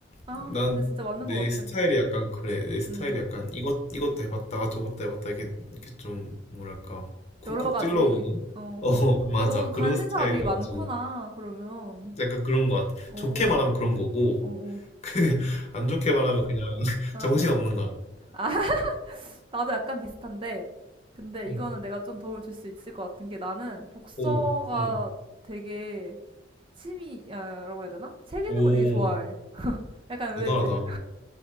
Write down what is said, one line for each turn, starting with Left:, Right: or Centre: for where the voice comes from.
Right: 아,
Left: 난
Right: 근데 진짜 맞는
Left: 내
Right: 것
Left: 스타일이
Right: 같아.
Left: 약간 그래. 내 스타일이
Right: 음,
Left: 약간 이것, 이것도 해봤다가 저것도 해봤다. 이렇게, 이렇게 좀, 뭐랄까, 쿡쿡
Right: 여러 가지.
Left: 찔러보는?
Right: 어.
Left: 어, <laughs> 맞아.
Right: 그러니까 너는
Left: 그런
Right: 관심사가
Left: 스타일이라
Right: 되게 많구나,
Left: 가지고.
Right: 그러면.
Left: 약간 그런 것 같아.
Right: 오,
Left: 좋게 말하면 그런 거고,
Right: 오, 오.
Left: <laughs> 그냥 안 좋게 말하면 그냥 <laughs>
Right: 아,
Left: 정신없는 거야.
Right: 아, <laughs> 나도 약간 비슷한데, 근데
Left: 응.
Right: 이거는 내가 좀 도움을 줄 수 있을 것 같은 게 나는 복서가
Left: 오, 응.
Right: 되게 취미라고 해야 되나? 책 읽는
Left: 오,
Right: 거 되게 좋아해. 약간
Left: 대단하다.
Right: 의외지?